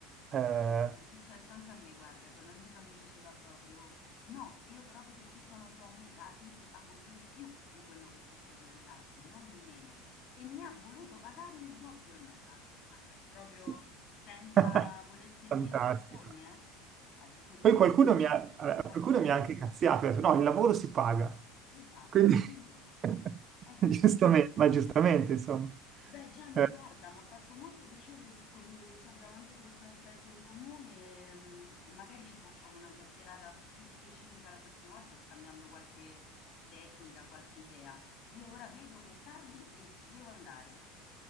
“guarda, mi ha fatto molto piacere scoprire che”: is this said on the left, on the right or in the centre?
Left